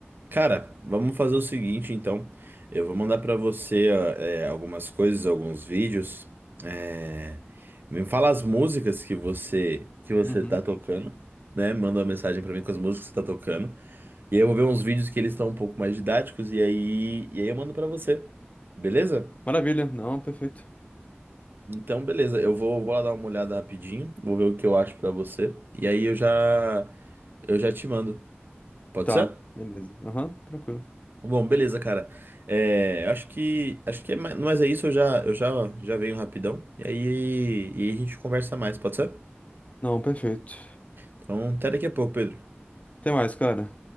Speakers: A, on the right; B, on the left.
A: Cara, vamos fazer o seguinte, então. Eu vou mandar pra você ó, é, algumas coisas, alguns vídeos. É, Me fala as músicas que você que você
B: Uhum.
A: tá tocando, né? Manda uma mensagem pra mim com as músicas que você tá tocando. E aí eu vou ver uns vídeos que eles estão um pouco mais didáticos e aí e aí eu mando pra você. Beleza?
B: Maravilha. Não, perfeito.
A: Então, beleza, eu vou, vou lá dar uma olhada rapidinho, vou ver o que eu acho pra você. E aí eu já eu já te mando. Pode
B: Tá,
A: ser?
B: beleza. Aham, tranquilo.
A: Bom, beleza, cara. É, eu acho que acho que é mais, mas é isso, eu já eu já já venho rapidão. E aí e aí a gente conversa mais, pode ser?
B: Não, perfeito.
A: Então, até daqui a pouco, Pedro.
B: Até mais, cara.